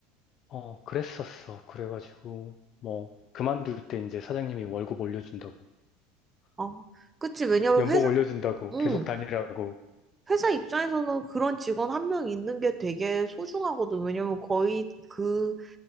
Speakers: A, on the left; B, on the right.
A: 어, 그랬었어. 그래가지고, 뭐, 그만둘 때 이제 사장님이 월급 올려준다고,
B: 어, 그치. 왜냐면
A: 연봉
B: 회사,
A: 올려준다고,
B: 응.
A: 계속 다니라고.
B: 회사 입장에서는 그런 직원 한 명 있는 게 되게 소중하거든. 왜냐면 거의 그,